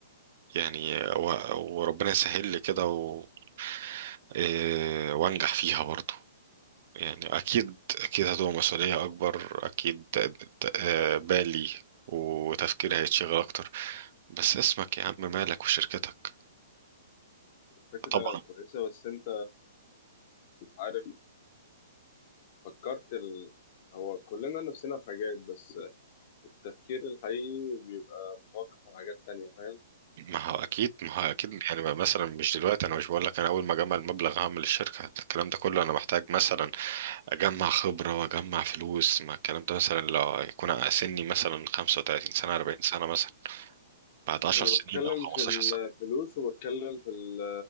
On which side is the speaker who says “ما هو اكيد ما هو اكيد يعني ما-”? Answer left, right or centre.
Right